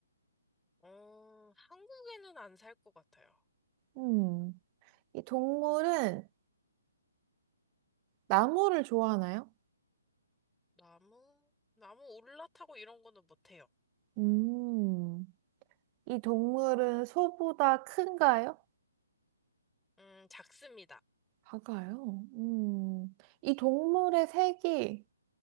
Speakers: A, in the centre; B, on the right.
A: 어, 한국에는 안 살 것 같아요.
B: 음. 이 동물은 나무를 좋아하나요?
A: 나무, 나무 올라타고 이런 거는 못해요.
B: 음. 이 동물은 소보다 큰가요?
A: 음, 작습니다.
B: 작아요. 음. 이 동물의 색이